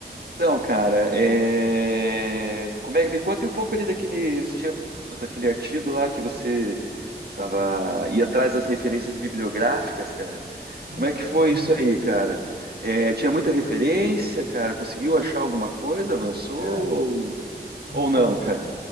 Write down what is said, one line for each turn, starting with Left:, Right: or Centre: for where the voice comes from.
Right: Então, cara, é... como é... me conta um pouco ali daquele, você tinha- daquele artigo lá que você Tava ia atrás das referências bibliográficas, cara.
Left: E,
Right: Como é que foi
Left: aham.
Right: isso aí, cara? É, tinha muita referência, cara. Conseguiu achar alguma coisa? Avançou
Left: Cara,
Right: ou,
Left: então,
Right: ou não,
Left: foi,
Right: cara?
Left: a-